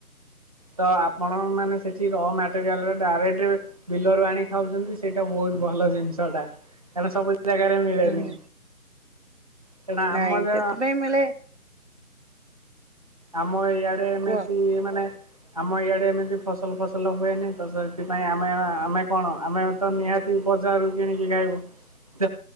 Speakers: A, on the right (about 25°); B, on the right (about 50°).
A: ତ ଆପଣ ମାନେ ସେଠି ରମ୍ୟାଟେରିଆଲ ଡାଇରେକ୍ଟ ବିଲ ରୁ ଆଣି ଖାଉଛନ୍ତି ସେଇଟା ବହୁତ ଭଲ ଜିନିଷଟା କାରଣ ସବୁବେଳେ। ଜାଗାରେ ମିଳେନି।
B: ହୁଁ
A: କାରଣ ଆମ
B: ନାଇଁ ସେଥିପାଇଁ ମିଳେ।
A: ଆମ ଏଇ। ଆଡେ ଏମିତି
B: କୁହ
A: ମାନେ। ଆମ ଇଆଡେ ଏମିତି ଫସଲ ଫସଲ ହୁଏନି ତ ସେଥିପାଇଁ ଆମେ ଆମେ କଣ ଆମେ ତ ନିହାତି ବଜାରରୁୁ କିଣିକି ଖାଇବୁ ତ।